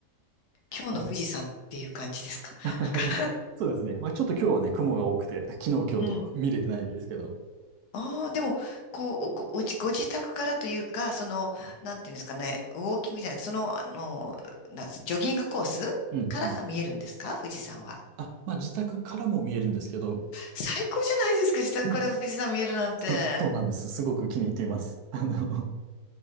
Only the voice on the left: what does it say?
今日の富士山っていう感じですか。
なんか
<laughs> うん。ああ、でも、こう、ご、ごじご自宅からというか、その、
なんていうんですかね、ウォーキングじゃなくて、その、あの、なんすジョギングコースから見えるんですか、
富士山は。
最高じゃないですか、自宅から富士山見えるなんて。